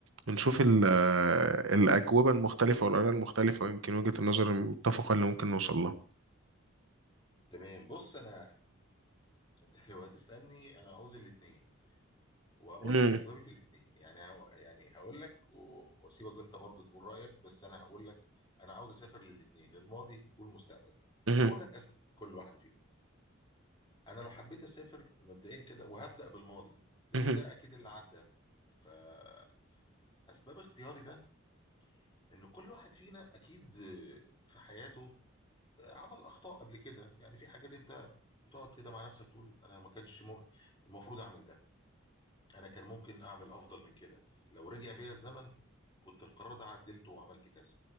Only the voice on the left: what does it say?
تمام بص انا <laughs> انت لو هتسالني انا عاوز الاثنين وهقول
لك اسبابي في الاثنين يعني هو- يعني هقول لك و- واسيبك انت برضه تقول رايك بس انا هقول لك انا عاوز اسافر للاثنين للماضي والمستقبل
واقول لك اسباب كل واحده فيهم انا لو حبيت اسافر مبدئيا كده وهبدا بالماضي لان
ده اكيد اللي عدى فاسباب اختياري ده ان كل واحد فينا اكيد في حياته عمل اخطاء قبل كده يعني في حاجات انت بتقعد كده مع نفسك تقول انا ما كانش مو... المفروض اعمل ده انا كان ممكن اعمل افضل من كده لو رجع بيا الزمن كنت القرار ده عدلته وعملت كذا